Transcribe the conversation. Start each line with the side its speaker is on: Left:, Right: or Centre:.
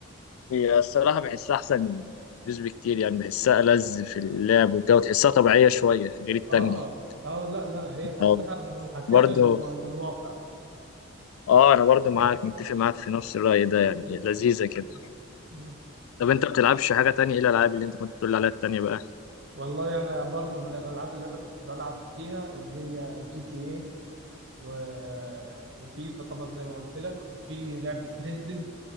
Left: هي الصراحة بحسها أحسن من بيس بكتير يعني بحسها ألذ في اللعب وكده وتحسها طبيعية شوية غير التانية
Right: اه اه لا لا هي تحسها
Left: أه
Right: محاكاة
Left: برضه
Right: للوا- للواقع
Left: أه أنا برضه معاك متفق معاك في نفس الرأي ده يعني لذيذة كده
Right: مم. مم.
Left: طب أنت بتلعبش حاجة تانية إيه الألعاب اللي أنت كنت بتقول عليها التانية بقى؟
Right: والله انا برضو من الالعاب اللي انا كنت بلعب فيها اللي هي جي تي اي و... وفيفا طبعا زي ما قلت لك وفي لعبة ريدد